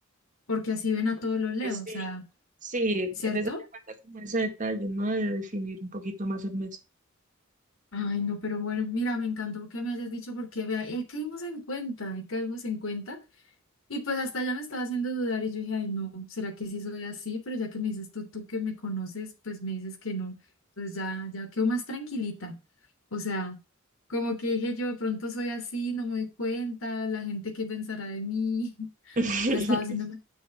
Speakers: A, on the left (about 85°); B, on the right (about 40°).
A: porque así ven a todos los Leo,
B: Pues
A: o
B: sí,
A: sea,
B: sí,
A: ¿cierto?
B: es necesario guardar como ese detalle, ¿no? De definir un poquito más el mes.
A: Ay, no, pero bueno, mira, me encantó que me hayas dicho porque, vea, ahí caímos en cuenta, ahí caímos en cuenta Y pues hasta ya me estaba haciendo dudar y yo dije, ay, no, ¿será que sí soy así? Pero ya que me dices tú, tú que me conoces, pues me dices que no. Pues ya, ya quedo más tranquilita. O sea, como que dije yo, de pronto soy así, no me doy cuenta, la gente qué pensará de mí. <laughs>
B: <laughs>
A: Ya estaba haciéndome